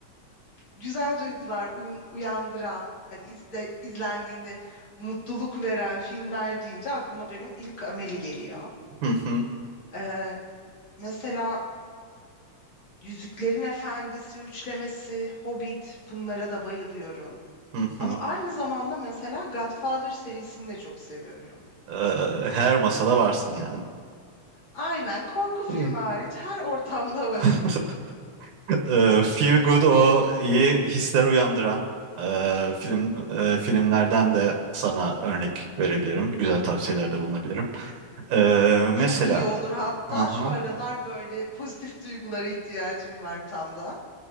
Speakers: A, on the left; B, on the right.
A: güzel duygular uyun- uyandıran hani izle, izlendiğinde mutluluk veren filmler deyince aklıma benim ilk Amelie geliyor.
B: hı hı
A: E, mesela Yüzüklerin Efendisi üçlemesi, Hobbit bunlara da bayılıyorum.
B: hı
A: Ama
B: hı.
A: aynı zamanda mesela Godfather serisini de çok seviyorum.
B: Ee, her masada varsın yani.
A: Aynen korku filmi
B: Hı.
A: hariç her ortamda varım.
B: <laughs> Ee, Feel Good o iyi hisler uyandıran e, film e, filmlerden de sana örnek verebilirim. Güzel tavsiyelerde bulunabilirim. Ee,
A: <laughs> Çok
B: mesela
A: iyi olur. Hatta
B: aha,
A: şu aralar böyle pozitif duygulara ihtiyacım var tam da.